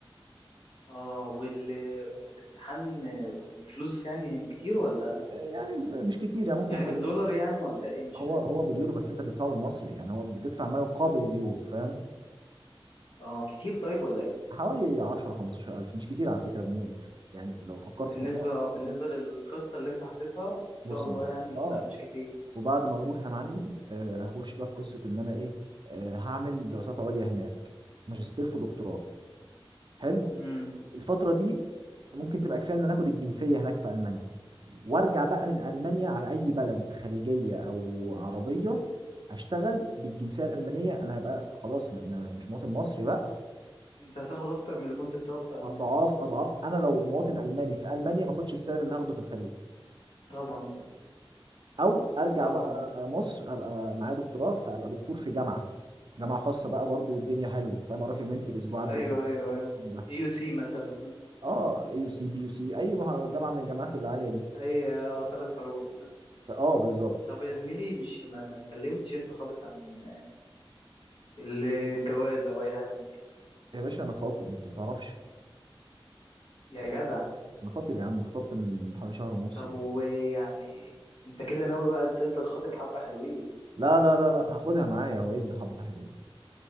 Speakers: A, on the left; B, on the right.
A: اه وال... والامتحان بفلوس يعني كتير ولا
B: يعني م- مش كتير يعني ممكن
A: يعني
B: حوالي
A: بالدولار يعني ولا ايه مش
B: هو
A: فاهم
B: هو باليورو بس انت بتدفعه بالمصري يعني هو بتدفع ما يقابل اليورو فاهم
A: اه كتير طيب ولا ايه
B: حوالي 10 15000 مش كتير على فكره بم- يعني لو فكرت
A: بالنسبه
B: في الموضوع
A: اه بالنسبه للخطه اللي انت حاططها ان شاء
B: بص
A: الله
B: يا معلم
A: يعني
B: اه
A: لا مش كتير
B: وبعد ما اروح يا معلم آه، هخش بقى في قصه ان انا ايه آه، هعمل دراسات عليا هناك ماجستير في دكتوراه حلو
A: امم
B: الفتره دي ممكن تبقى كفايه ان أنا اخد الجنسيه هناك في المانيا وارجع بقى من المانيا على اي بلد خليجيه او عربيه اشتغل بالجنسيه الالمانيه انا هبقى خلاص ما- ما- مش مواطن مصري بقى
A: انت هتاخد اكتر من اللي كنت بتاخده في المانيا
B: اضعاف اضعاف انا لو مواطن الماني في المانيا ما اخدش السعر اللي هاخده في الخليج
A: طبعا
B: او ارجع
A: طبعا
B: بقى مصر ابقى معايا دكتوراه فابقى دكتور في جامعه جامعه خاصه بقى برضو والدنيا حلوه فاهم اروح يومين في الاسبوع اقدم
A: ايوه
B: محاضرات
A: ايوه
B: والكلام
A: ايوه
B: ده
A: اي يو سي مثلا
B: اه يو سي بي يو سي
A: <laughs>
B: اي مح- جامعه من الجامعات العاليه دي
A: اي اه ثلاث حروف
B: فاه بالظبط
A: طب يا زميلي مش ما, ما اتكلمتش انت خالص عن ال- الجواز او اي حاجه من دي
B: يا باشا انا خاطب انت ما تعرفش
A: يا جدع
B: انا خاطب يا عم خطبت من حوالي شهر ونص
A: طب
B: كده
A: ويعني انت كده ناوي بقى تفضل خاطب حبه حلوين
B: لا لا لا لا هاخدها معايا هو ايه اللي حبه حلوين